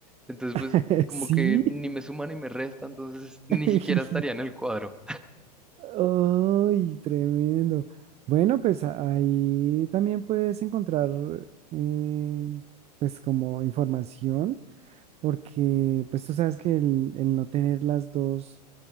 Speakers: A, in the centre; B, on the right (about 30°).
A: Entonces,
B: <laughs>
A: pues, como
B: Sí.
A: que ni me suma ni me resta, entonces ni
B: <laughs>
A: siquiera estaría en el cuadro.
B: ¡Ay, tremendo! Bueno, pues a- ahí también puedes encontrar eh, pues como información, porque pues tú sabes que el, el no tener las dos,